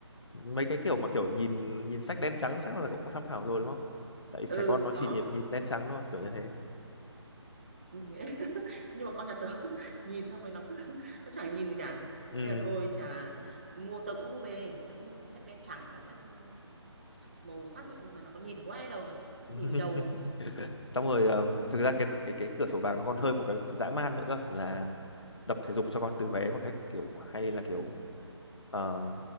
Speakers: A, on the left; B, on the right.
A: mấy cái kiểu mà kiểu nhìn nhìn sách đen trắng chắc là cậu cũng tham khảo rồi đúng không tại
B: ừ
A: trẻ con nó chỉ
B: có
A: nhìn nhìn đen trắng thôi kiểu như thế
B: nhưng <laughs> nhưng mà con nhà tớ <laughs> nhìn xong rồi nó cứ <laughs> nó chẳng nhìn gì cả
A: ừ
B: nên là thôi chả mua tớ cũng mua về tớ cũng mua cả sách đen trắng cả sách ừ, màu sắc ấy, nhưng mà nó có nhìn quá đâu nó
A: <laughs>
B: nhìn đầu ấy.
A: xong rồi um, thực ra cái cái cái cửa sổ vàng nó còn hơi một cái dã man nữa cơ, là tập thể dục cho con từ bé bằng cách kiểu hay là kiểu ờ,